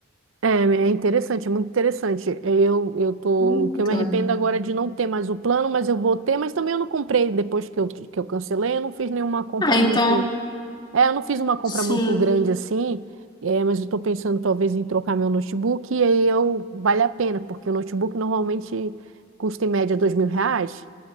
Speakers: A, on the right; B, on the left.
A: é, é interessante, é muito interessante. Eu, eu tô.
B: Muito.
A: O que eu me arrependo agora é de não ter mais o plano, mas eu vou ter, mas também eu não comprei depois que eu, que eu cancelei, eu não fiz nenhuma compra
B: Ah, então,
A: muito. É, eu não fiz uma compra
B: sim,
A: muito grande assim, é, mas eu estou pensando talvez em trocar meu notebook e aí eu vale a pena, porque o notebook normalmente custa em média dois mil reais.